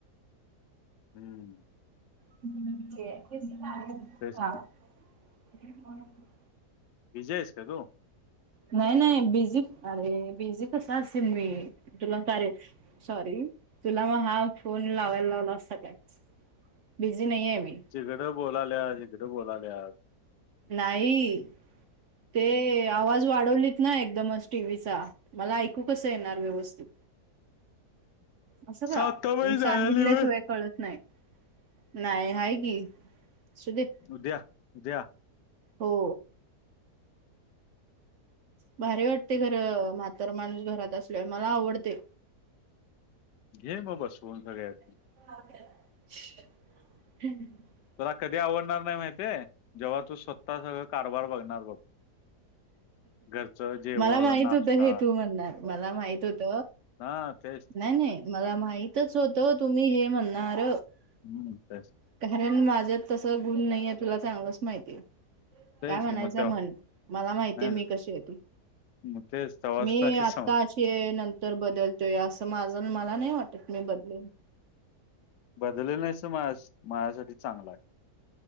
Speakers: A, on the left; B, on the right.
A: हम्म.
B: ह.
A: तेच विजयेस का तू
B: नाही नाही बिझी अरे बिझी कस असे मी तुला कारे सॉरी तुला मग हा फोन लावायला लावला असता का बिझी नाही आहे मी
A: तकडं बोलाल्या इकडें बोलाल्या.
B: नाही. ते आवाज वाढवलीत ना एकदमच टीव्हीचा मला ऐकू कस येणार व्यवस्थित असं का
A: साताबाई
B: सांगितल्याशिय
A: जायली व्हय
B: कळत नाही. नाही आहेा की सुदीप
A: उद्या उद्या.
B: हो. भारी वाटतंय घर म्हातारा माणूस घरात असल्यावर मला आवडतंय.
A: घे म बसवून सगळ्यासनी.
B: <inaudible>
A: तुला कधी आवडणार नाही माहितीये जेव्हा तू स्वतः सगळं कारभार बघणार बघ. घरचं जेवण
B: मला माहित
A: नाश्ता
B: होत हे तू म्हणणार, मला माहित होत.
A: हां ते.
B: नाही नाही मला माहितच होत तुम्ही हे म्हणणार.
A: हम्म. <inaudible>
B: कारण माझ तसं गुण नाहीये तुला चांगलंच माहितीये.
A: तेच
B: काय म्हणायचंय
A: कि मग तेव्हा
B: म्हन मला माहितीये
A: ह
B: मी कशी आहे ती
A: मग तेच तेव्हाच
B: मी
A: लागते सांग
B: आता ते नंतर बदलतोय असं माझं, मला नाही वाटत मी बदलेल.
A: बदली नाहीस तर माझ माझ्यासाठी चांगला आहे.